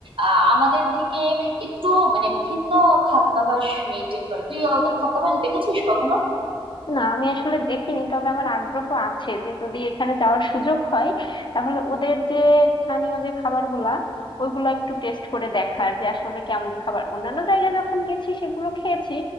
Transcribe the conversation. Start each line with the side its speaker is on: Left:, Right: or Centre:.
Right: আহ আমাদের থেকে একটু মানে ভিন্ন খাদ্যাভ্যাস মেনটেন করে তুই ওদের খাদ্যাভ্যাস দেখেছিস কখনো
Left: না আমি আসলে দেখিনি তবে আমার আগ্রহ আছে যে যদি এখানে যাওয়ার সুযোগ হয় তাহলে ওদের যে স্থানীয় যে খাবারগুলা ওইগুলো একটু টেস্ট করে দেখার যে আসলে কেমন খাবার অন্যান্য জায়গায় যখন গেছি সেগুলো খেয়েছি